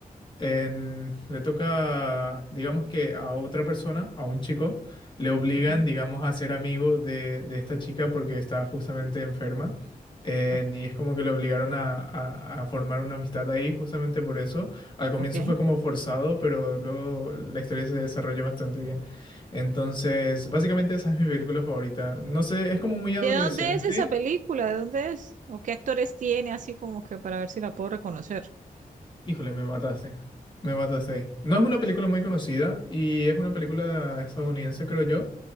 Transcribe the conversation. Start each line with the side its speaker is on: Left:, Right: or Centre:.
Left: en- le toca, digamos que a otra persona, a un chico, le obligan,
Right: ajá.
Left: digamos, a ser amigo de, de esta chica porque está justamente enferma. en-
Right: Ok.
Left: y es como que le obligaron a, a- a formar una amistad ahí justamente por eso. Al comienzo
Right: ok.
Left: fue como forzado, pero luego la historia se desarrolla bastante bien. Entonces, básicamente esa es mi película favorita. No sé, es como muy adolescente.
Right: ¿De dónde es esa película? ¿De dónde es? ¿O qué actores tiene? Así como que para ver si la puedo reconocer.
Left: Híjole, me mataste. Me mataste ahí. No es una película muy conocida y es una película estadounidense, creo yo.